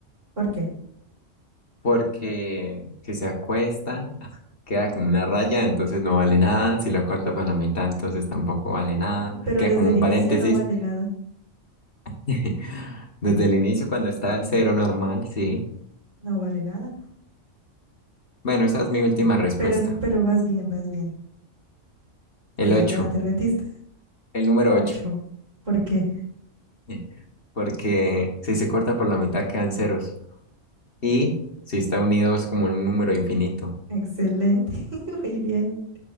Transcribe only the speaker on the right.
¿Por qué?
Pero
desde
el
inicio no vale nada.
No vale nada.
Pero, es- pero vas bien, vas bien.
O sea,
ya te rendiste. <laughs>
Ocho.
¿Por qué?
Excelente. <laughs> Muy bien,